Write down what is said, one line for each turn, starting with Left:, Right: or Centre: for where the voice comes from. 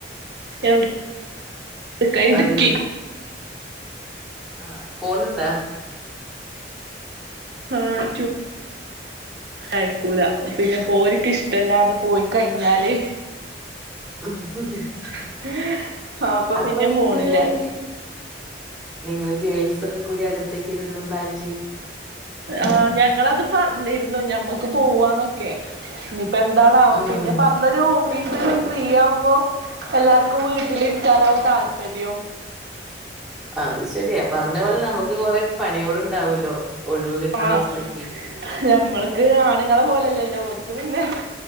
Right: എ <unintelligible> കായി ഇടുക്കി
Centre: അത് ആഹ പോണുണ്ട
Right: ആഹ ടു അയക്കൂല പിന്നെ പോര്ക്ക് ഇഷ്ടല്ലാതെ പോയി കഴിഞ്ഞാല്
Centre: ആഹ ഹ ഹ
Right: <inaudible>
Centre: അപ്പ
Right: പിന്നെ
Centre: നിനക്കൊരുകാര്യം
Right: പോണില്ല
Centre: ചെയ് നിങ്ങള് ഗേൾസൊക്കെ കൂടി അടുത്തേക്കൊ ഒരു ന്ന് പ്ലാൻ ചെയ്യ്
Right: ആഹ് ഞങ്ങളത് പറഞ്ഞിരുന്നു ഞമ്മക്ക് പോവാന്നൊ ക്കെ നിയിപ്പോന്താണവോ
Centre: ഉം
Right: പിന്നെ പർഞ വിഷു ന് ഫ്രീ യാവുമ്പോ എല്ലാവർക്കും വീട്ടിലിരിക്കാനകും താല്പര്യോം
Centre: അത് ശരിയാ പറഞ്ഞ പോലെ ഞമക്ക് കൊറ പണികളുണ്ടാവൂലോ ഒഴിവ് കിട്ട്ണ
Right: ആഹ്
Centre: ദിവസത്തേക്ക്
Right: ഞമ്മൾക്ക് ആണുങ്ങളെ പോലെല്ലല്ലോ ഒര്ക്ക് പിന്നെ